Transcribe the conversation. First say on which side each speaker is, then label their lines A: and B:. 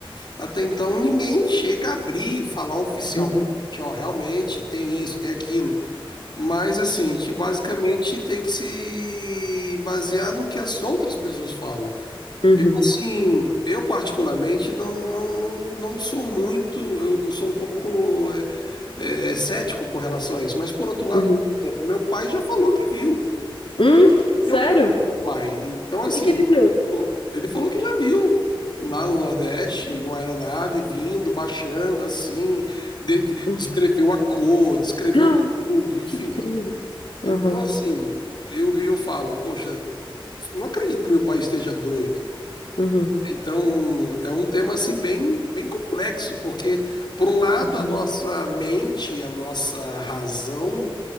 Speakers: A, on the left; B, on the left.
A: até então ninguém chega a abrir e falar oficialmente,
B: uhum,
A: ó, realmente tem isso, tem aquilo. Mas assim, que basicamente tem que se basear no que as outras pessoas falam.
B: uhum,
A: Assim, eu particularmente não, não, não, não sou muito, eu, eu sou um pouco é, é, cético com relação a isso. Mas por outro lado,
B: uhum,
A: por exemplo, meu pai já falou que viu.
B: Hum, sério?
A: Eu creio
B: O
A: no meu pai. Então, assim,
B: que que ele
A: como
B: viu?
A: é que eu vou? ele falou que já viu. Lá no Nordeste, uma aeronave vindo, baixando, assim, de- de-
B: Uhum.
A: descreveu
B: <gasps>
A: a cor, descreveu
B: Ah,
A: tudo, enfim.
B: que incrível.
A: Então,
B: Aham,
A: É. assim, eu, eu falo, poxa, não acredito que meu pai esteja doido.
B: uhum,
A: Então, é um tema, assim, bem, bem complexo, porque, por um lado,
B: uhum,
A: a nossa mente, a nossa razão,